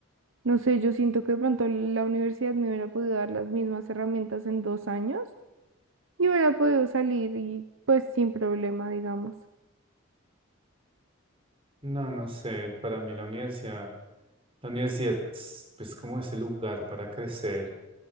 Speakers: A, on the right; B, on the right.
A: No sé, yo siento que de pronto la universidad me hubiera podido dar las mismas herramientas en dos años y hubiera podido salir y pues sin problema, digamos.
B: No, no sé, para mí la universidad, la universidad es pues, como ese lugar para crecer